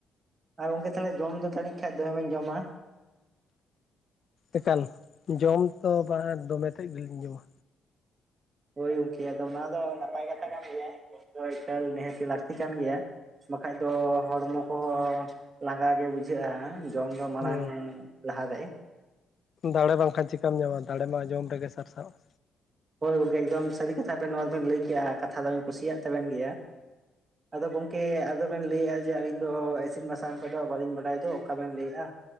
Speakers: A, on the right (about 35°); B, on the left (about 55°).
A: ᱟᱨ ᱜᱚᱝᱠᱮ ᱛᱟᱦᱚᱞᱮ ᱡᱚᱢ ᱫᱚ ᱡᱟᱱᱤᱡ ᱠᱷᱟᱡ ᱫᱚᱢᱮ ᱵᱮᱱ ᱡᱚᱢᱟ?
B: ᱮᱠᱟᱞ ᱡᱚᱢ ᱛᱚ ᱵᱟᱝ ᱫᱚᱢᱮ ᱥᱟᱹᱦᱤᱡ ᱞᱤᱧ ᱡᱚᱢᱟ᱾
A: ᱦᱳᱭ ᱜᱚᱝᱠᱮ ᱟᱫᱚ ᱚᱱᱟ ᱫᱚ ᱱᱟᱯᱟᱭ ᱠᱟᱛᱷᱟ ᱠᱟᱱ ᱜᱮᱭᱟ, ᱱᱤᱛ ᱫᱚ ᱮᱠᱟᱞ ᱱᱤᱦᱟᱹᱛᱤ ᱞᱟᱹᱠᱛᱤ ᱠᱟᱱ ᱜᱮᱭᱟ᱾ ᱵᱟᱠᱷᱟᱡ ᱫᱚ ᱦᱚᱲᱢᱚ ᱠᱚᱦᱚᱸ ᱞᱟᱸᱜᱟ ᱜᱮ ᱵᱩᱡᱷᱟᱹᱜᱼᱟ, ᱡᱚᱢ ᱫᱚ ᱢᱟᱲᱟᱝ
B: ᱦᱩᱸ
A: ᱞᱟᱦᱟ ᱨᱮ
B: ᱫᱟᱲᱮ ᱵᱟᱝᱠᱷᱟᱱ ᱪᱤᱠᱟᱹᱢ ᱧᱟᱢᱟ ᱫᱟᱲᱮ ᱢᱟ ᱡᱚᱢ ᱛᱮᱜᱮ ᱥᱟᱨᱥᱟᱣᱚᱜᱼᱟ᱾
A: ᱦᱳᱭ ᱜᱚᱝᱠᱮ ᱮᱠᱫᱚᱢ ᱥᱟᱹᱨᱤ ᱠᱟᱛᱷᱟ ᱵᱮᱱ ᱱᱚᱣᱟ ᱵᱮᱱ ᱞᱟᱹᱭ ᱠᱮᱜᱼᱟ ᱠᱟᱛᱷᱟ ᱫᱚᱧ ᱠᱩᱥᱤᱭᱟᱜ ᱛᱟᱵᱮᱱ ᱜᱮᱭᱟ᱾ ᱟᱫᱚ ᱜᱚᱝᱠᱮ ᱟᱫᱚᱵᱮᱱ ᱞᱟᱹᱭᱮᱜᱼᱟ, ᱡᱮ ᱟᱹᱞᱤᱧ ᱫᱚ ᱤᱥᱤᱱ ᱵᱟᱥᱟᱝ ᱠᱚᱫᱚ ᱵᱟᱹᱞᱤᱧ ᱵᱟᱰᱟᱭ ᱫᱚ ᱚᱝᱠᱟ ᱵᱮᱱ ᱞᱮᱭᱮᱜᱼᱟ᱾